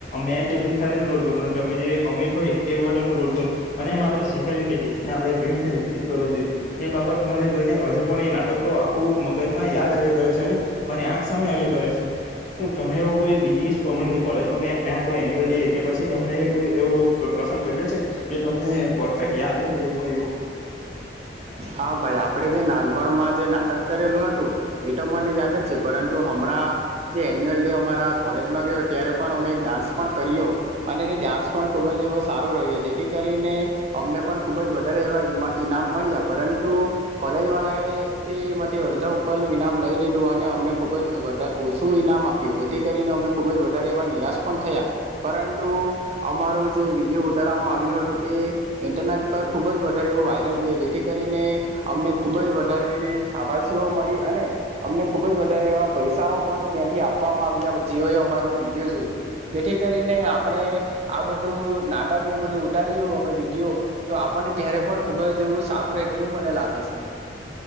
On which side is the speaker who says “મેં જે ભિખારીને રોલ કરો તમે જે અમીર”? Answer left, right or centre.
Left